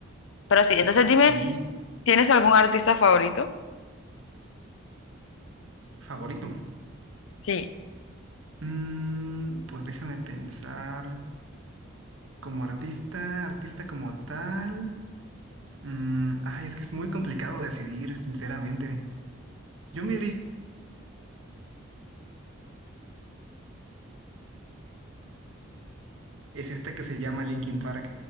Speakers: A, on the left (about 70°); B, on the right (about 75°).
A: Pero sí, entonces dime,
B: Sí,
A: ¿tienes algún artista favorito?
B: favorito.
A: Sí.
B: Mm, pues déjame pensar, como artista, artista como tal, mm, ay, es que es muy complicado decidir, sinceramente. Yo me iría es esta que se llama Linkin Park.